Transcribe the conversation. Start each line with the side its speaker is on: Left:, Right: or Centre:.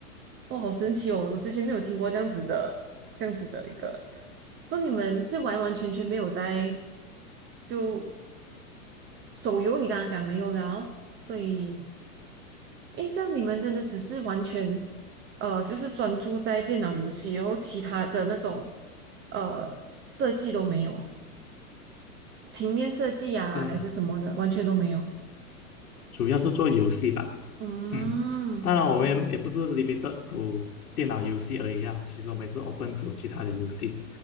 Right: 哇，好神奇哦！我之前没有听过这样子的，这样子的一个，说你们是完完全全没有在就手游，你刚刚讲没有了，所以，诶，这样你们真的只是完全，呃，就是专注在电脑游戏，然后其他的那种呃设计都没有，平面设计啊还是什么的，
Left: 呃，
Right: 完全都没有。
Left: 主要是做游戏吧，
Right: 嗯，OK，
Left: 嗯，当然我们也不是 limited to 电脑游戏而已啊，其实我们也是 open to 其他的游戏，